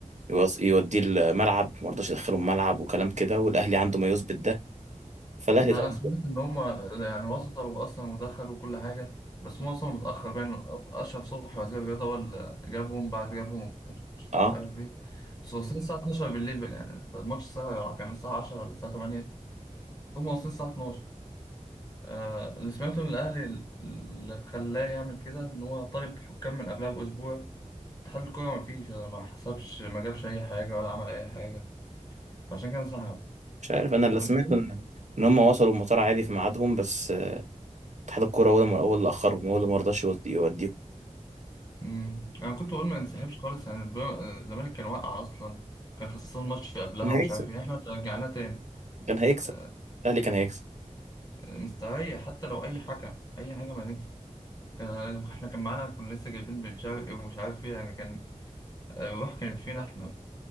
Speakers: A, on the right; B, on the left.
A: يوص- يوديه الملعب مرضاش يدخله الملعب وكلام كده والاهلي عنده ما يثبت ده فالاهلي
B: إن انا
A: طبعا
B: سمعت ان هم يعني وصلوا اصلا ودخلوا كل حاجه بس هم وصلوا متاخر يعني اشرف صبحي وزير الرياضه هو اللي جابهم بعد جابهم ومش
A: اه
B: عارف ايه بس واصلين الساعه 12 بالليل يعني الماتش الساعه كان الساعه 10 ولا الساعه 8 هم واصلين الساعة 12 آه اللي سمعته من الأهلي اللي خلاه يعمل كده إن هو طالب حكام من قبلها بأسبوع اتحاد الكورة مفيش ما حسبش ما جابش أي حاجة ولا عمل أي حاجة فعشان كده انسحب
A: مش عارف انا اللي
B: بس
A: سمعته ان ان هم وصلوا المطار عادي في ميعادهم بس آه، اتحاد الكوره هو اللي هو اللي اخرهم هو اللي مرضاش يودي- يوديهم
B: مم. أنا كنت بقول ما ننسحبش خالص يعني الب- الزمالك كان واقع أصلا كان خسران ماتش قبلها
A: كان هيكسب
B: ومش عارف إيه إحنا اللي رجعناه تاني
A: كان هيكسب
B: آه،
A: الاهلي كان هيكسب
B: مستريح حتى لو أي حكم أي حاجة ما نكسب كان- إحنا كان معانا كنا لسه جايبين بن شرقي ومش عارف إيه يعني كان آه، الروح كانت فينا إحنا